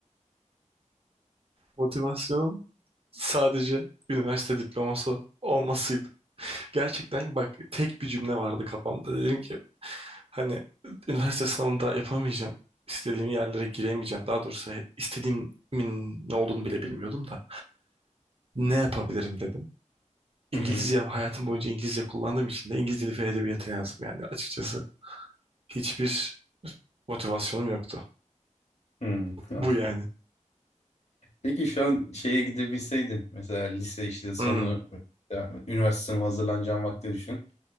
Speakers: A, on the right; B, on the left.
A: Motivasyonum sadece üniversite diploması olmasıydı. Gerçekten bak tek bir cümle vardı kafamda. Dedim ki hani üniversite sınavında yapamayacağım. İstediğim yerlere giremeyeceğim. Daha doğrusu he- istediğimin ne olduğunu bile bilmiyordum da. Ne yapabilirim dedim. İngilizce
B: Hı hı.
A: hayatım boyunca İngilizce kullandığım için de İngiliz dili ve edebiyatı yazdım yani açıkçası. Hiçbir motivasyonum yoktu.
B: Hı. Anladım.
A: Bu yani.
B: Peki şu an şeye gidebilseydin mesela lise işte sonu
A: Hı hı.
B: yani üniversite sınavına hazırlanacağın vakti düşün.